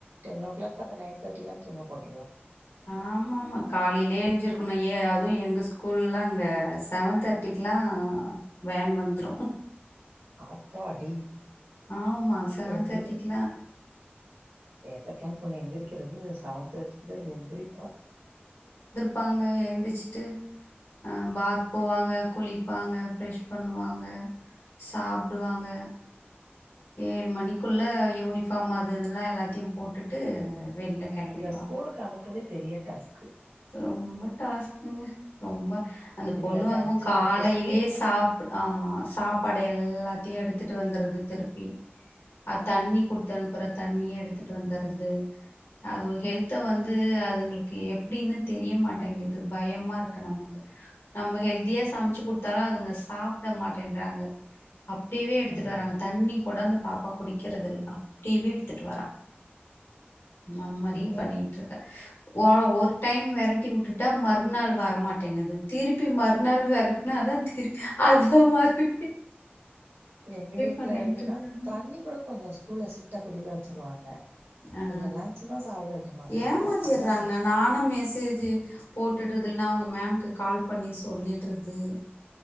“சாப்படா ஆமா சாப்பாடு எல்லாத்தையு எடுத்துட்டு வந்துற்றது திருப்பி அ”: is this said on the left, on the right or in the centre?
Left